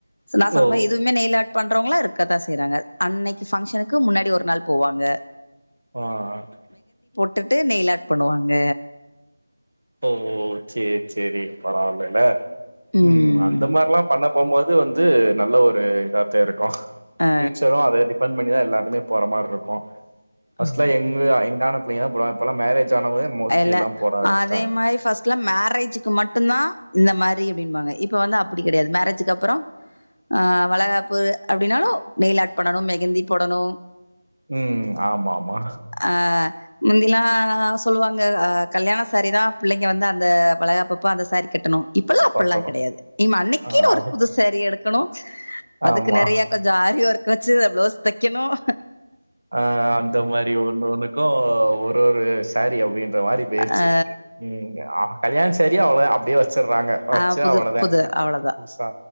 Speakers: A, on the left; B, on the right.
A: நா சொன்னமாரி
B: ஓ!
A: இதுவுமே நெயிலார்டு பண்றவங்களா இருக்கதான் செய்றாங்க அன்னைக்கு ஃபங்க்சனுக்கு முன்னாடி ஒரு நாள் போவாங்க
B: ஆஹ் ஹ்
A: கட்டுட்டு நெய்லாட் பண்ணுவாங்க
B: ஓ ஓசேரி சேரி பரவால்லல
A: ம்
B: உம் அந்த மாரில்லாம் பண்ண போம்போது வந்து நல்ல ஒரு இதா தா இருக்கு ப்பா
A: அ
B: பியூச்சரும் அத டிப்பெண்ட் பண்ணிதான் எல்லாருமே போற மாரி இருக்கும் பஸ்ல
A: ஆமா
B: எங்க எங்கான <unintelligible> மேரஜ் ஜன <unintelligible> மோஸ்ட்லி
A: எல்லா
B: எல்லாம் போறாம்ஸ்
A: அதே மாரி ஃபர்ஸ்ட்ல மேரேஜ்க்கு மட்டும் தான் இந்த மாரி ங்க இப்ப வந்து அப்டி கெடயாது மேரேஜக்கு அப்பறம் ஆஹ் வளகாப்பு அப்டினாலும் நெய்லாட் பண்ணனும் மெகந்தி போடணும்
B: உம் ஆமா ஆமா
A: ஆ முந்திலாம் சொல்லுவாங்க அஹ் கல்யாண சேரி தான் பிள்ளங்க வந்து அந்த வலகாப்பப்ப அந்த சேரி கட்டணும் இப்பெல்லாம் அப்படெலாம்
B: பாத்தமா
A: கெடையாது இவ அன்னைக்கன்னு
B: ஆ
A: ஒரு
B: அது
A: புதுசேரி எடுத்து கணோ அதுக்கு
B: ஆமா
A: நெறய கொஞ்ச ஆரி ஒர்க் <unintelligible> பிளவுஸ் தக்கணும்
B: ஆஹ் அந்த மாரி ஒண்ண ஒண்ணுக்கும் ஒரு ஒரு சேரீ அப்டின்னு இந்த மாரி போயிருச்சு
A: ஆ
B: ம்ஆ கல்யாண் சேரி அவளதா அப்டியே வச்சறாங்க வச்சு
A: ஆ புது
B: அவ்வளோத
A: புது அவ்ளோதான்.
B: புதுசா